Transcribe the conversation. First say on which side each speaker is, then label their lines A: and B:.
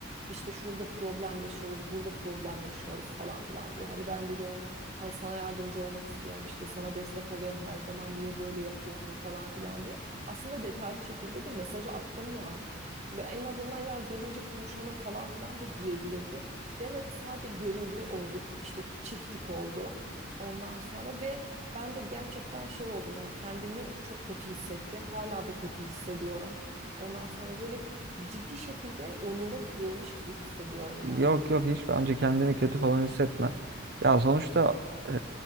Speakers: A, on the right (about 35°); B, on the right (about 55°).
A: işte şurada problem yaşıyoruz, burada problem yaşıyoruz falan filan diye. Hani ben de diyorum hani sana yardımcı olmak istiyorum işte sana destek oluyorum her zaman niye böyle yapıyorsun falan filan diye. Aslında detaylı şekilde de mesajı attım yani. Ve en azından ya gelince konuşalım falan filan da diyebilirdi. Demedi sadece görüldü oldu işte çiftlik oldu ondan sonra ve ben de gerçekten şey oldum yani kendimi çok kötü hissettim. Hala da kötü hissediyorum. Ondan sonra böyle ciddi şekilde onurum kırılmış gibi hissediyorum
B: Yok
A: yani.
B: yok hiç bence kendini kötü falan hissetme. Ya sonuçta e,